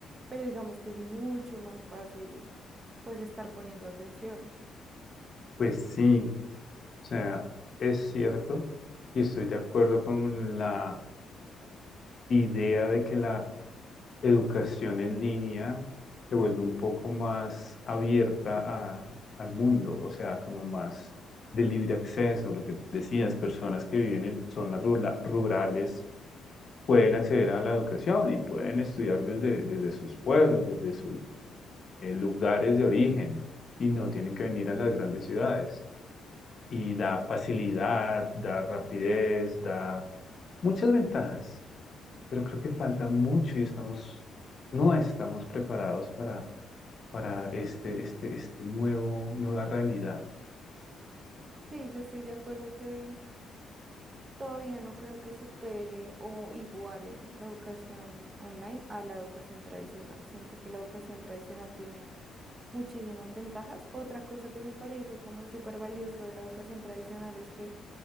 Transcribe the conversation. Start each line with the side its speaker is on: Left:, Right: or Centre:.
Right: pero digamos que es mucho más fácil, pues, estar poniendo atención.
Left: Pues sí, o sea, es cierto y estoy de acuerdo con la idea de que la educación en línea se vuelve un poco más abierta a- al mundo, o sea, como más de libre acceso, lo que decías, personas que viven en zonas rula- rurales pueden acceder a la educación y pueden estudiar desde, desde sus pueblos, desde sus eh, lugares de origen y no tienen que venir a las grandes ciudades. Y da facilidad, da rapidez, da muchas ventajas pero creo que falta mucho y estamos, no estamos preparados para, para este, este, este nuevo, nueva realidad.
Right: Sí, yo estoy de acuerdo que todavía no creo que supere o iguale la educación online a la educación tradicional. Siento que la educación tradicional tiene muchísimas ventajas. Otra cosa que me parece como súper valioso de la educación tradicional es que